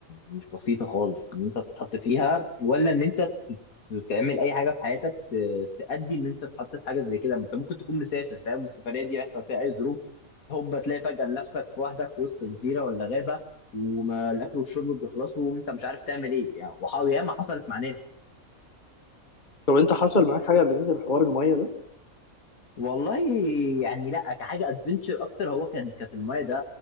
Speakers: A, on the left; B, on the left.
A: مش بسيطة خالص ان انت تتحط فيها ولا ان انت ت- تعمل اي حاجة في حياتك ت- تأدي ان انت تتحط في حاجة زي كده ما انت ممكن تكون مسافر فاهم والسفرية دي يحصل فيها اي ظروف هوب تلاقي فجأة نفسك لوحدك في وسط جزيرة ولا غابة وما الاكل والشرب بيخلصوا وانت مش عارف تعمل ايه يعني وحاول ياما حصلت مع ناس
B: طب انت حصل معاك حاجه قبل كده بحوار الميه ده
A: والله يعني لا كحاجه ادفنتشر اكتر هو كان كانت المايه ده